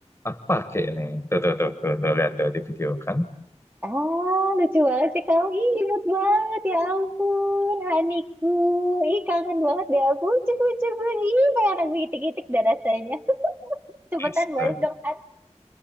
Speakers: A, on the left; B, on the right.
A: aku pakai ini Tuh tuh tuh tuh, tuh lihat tuh di video kan.
B: ah lucu banget sih kamu ih imut banget ya ampun haniku ih kangen banget deh aku lucu lucu ih kayak aku itik-itik dah rasanya <laughs> cepetan
A: Bisa.
B: balik dong Han